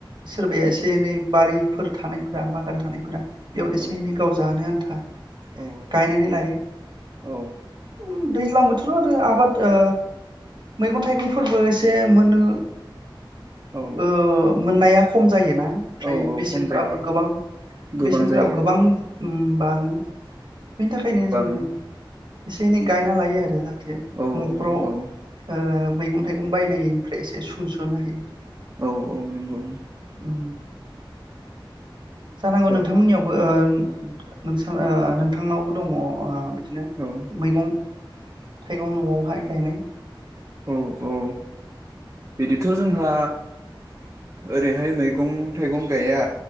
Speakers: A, on the right; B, on the right.
A: सोरबाया एसे एनै बारिफोर थानायफोरा बागान थानायफोरा बेयाव एसे
B: औ
A: एनै गाव जानो आनथा था
B: औ
A: गायनानै लायो
B: औ
A: दैज्लां बोथोराव आरो आबाद ओ मैगं थाइगंफोरबो एसे मोननो
B: औ
A: ओ मोननाया खम जायोना ओमफ्राय
B: औ औ
A: बेसेनफोराबो
B: खम जायो
A: गोबां
B: गोबां
A: बेसेनफोराबो
B: जायो
A: गोबां बाङो बेनि थाखायनो जोङो
B: बाङो
A: एसे एनै गायना लायो आरो न'खराव
B: औ औ
A: ओ
B: औ
A: मैगं थाइगं बायनायनिफ्राय एसे सुंस'नो हायो
B: औ औ नोंगौ
A: उम जानांगौ
B: बिराद
A: नोंथांमोननियावबो ओ ओ नोंथांनावबो दङ ओ बिदिनो
B: औ
A: मैगं थाइगं न'आवहाय गायनाय
B: औ औ बिदिथ' जोंहा ओरैहाय मैगं थाइगं गाया